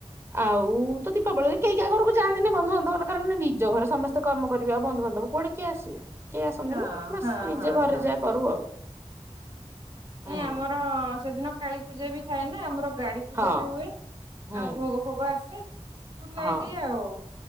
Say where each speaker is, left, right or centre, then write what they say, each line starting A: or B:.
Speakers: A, on the right; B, on the right.
A: ଆଉ ତ ଦୀପାବଳିରେ କେହି କାହା ଘରକୁ ଯାନ୍ତିନି ବନ୍ଧୁବାନ୍ଧବ ହେ କଣ ନିଜ ଘରେ ସମସ୍ତେ କାମ କରିବେ ଆଉ ବନ୍ଧୁ ବାନ୍ଧବ କୁଆଡେ କିଏ ଆସିବେ। କେହି ଆସନ୍ତିନି
B: ହଁ
A: ବାସ
B: ହଁ
A: ନିଜେ
B: ହଁ
A: ଘରେ
B: ହଁ
A: ଯାହା କରୁ ଆଉ। ହୁଁ
B: ନାଇ ଆମର ସେଦିନ କାଳି ପୂଜା ବି ଥାଏ ନା, ଆମର ଗାଡି ପୂଜା
A: ହଁ
B: ବି ହୁଏ,
A: ହୁଁ
B: ଆଉ ଭୋଗ ଫୋଗ ଆସେ। ବୁଲାଏ
A: ହଁ
B: ଟିକେ ଆଉ